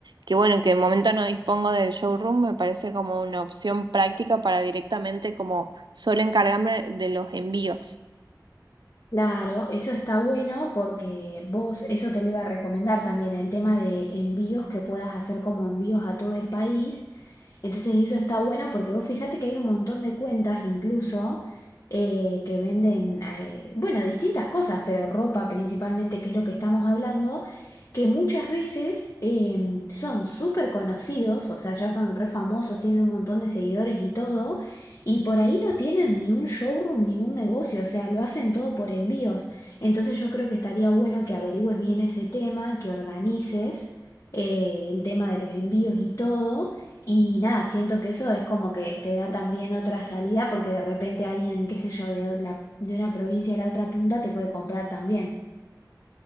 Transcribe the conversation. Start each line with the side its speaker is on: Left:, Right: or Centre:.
Right: que bueno, que de momento no dispongo del showroom, me parece como una opción práctica para directamente como solo encargarme de los envíos.
Left: Claro, eso está bueno porque vos, eso te lo iba a recomendar también, el tema de envíos que puedas hacer como envíos a todo el país Entonces eso está bueno porque vos fijate que hay un montón de cuentas incluso eh, que venden, eh, bueno, distintas cosas, pero ropa principalmente, que es lo que estamos hablando, que muchas veces eh, son súper conocidos, o sea, ya son re famosos, tienen un montón de seguidores y todo, y por ahí no tienen ni un showroom ni un negocio, o sea, lo hacen todo por envíos. Entonces yo creo que estaría bueno que averigües bien ese tema, que organices eh, el tema de los envíos y todo y nada, siento que eso es como que te da también otra salida porque de repente alguien, qué sé yo, de, o- la, de una provincia a la otra punta te puede comprar también.